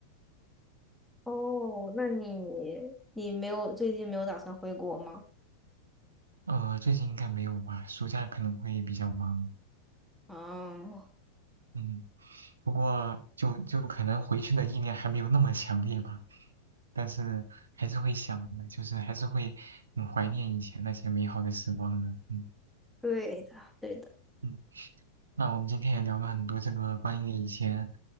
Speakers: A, in the centre; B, on the right.
A: 哦，那你你没有最近没有打算回国吗？
B: 呃，最近应该没有吧，暑假可能会比较忙。
A: 啊。
B: 嗯，不过就就可能回去的意念还没有那么强烈吧，但是还是会想的，就是还是会很怀念以前那些美好的时光的。嗯。
A: 对的，对的，
B: 嗯那我们今天也聊了很多这个关于以前